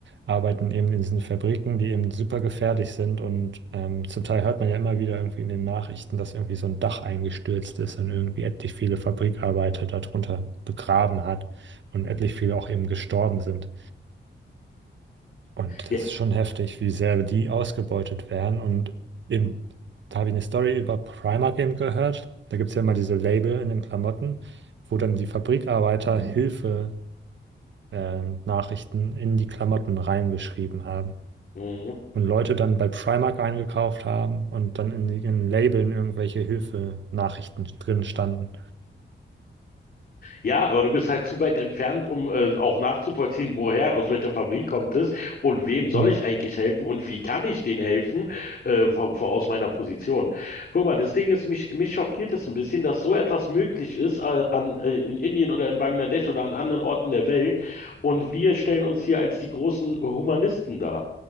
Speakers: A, on the right (about 75°); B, on the left (about 50°).
A: arbeiten eben in diesen Fabriken, die eben super gefährlich sind. Und ähm, zum Teil hört man ja immer wieder irgendwie in den Nachrichten, dass irgendwie so ein Dach eingestürzt ist und irgendwie etlich viele Fabrikarbeiter darunter begraben hat und etlich viele auch eben gestorben sind. Und
B: Ja.
A: das ist schon heftig, wie sehr die ausgebeutet werden. Und eben, da habe ich eine Story über Primark eben gehört. Da gibt es ja immer diese Label in den Klamotten, wo dann die Fabrikarbeiter Hilfe, ähm, Nachrichten in die Klamotten reingeschrieben haben.
B: Mhm.
A: Und Leute dann bei Primark eingekauft haben und dann in den Labeln irgendwelche Hilfe-Nachrichten drin standen.
B: Ja, aber du bist halt zu weit entfernt, um äh, auch nachzuvollziehen, woher, aus welcher Fabrik kommt es und wem soll
A: Hm,
B: ich eigentlich helfen und wie kann ich denen helfen äh, von, von, aus meiner Position. Guck mal, das Ding ist, mich, mich schockiert es ein bisschen, dass so etwas möglich ist äh, an, äh, in Indien oder in Bangladesch oder an anderen Orten der Welt und wir stellen uns hier als die großen Humanisten dar.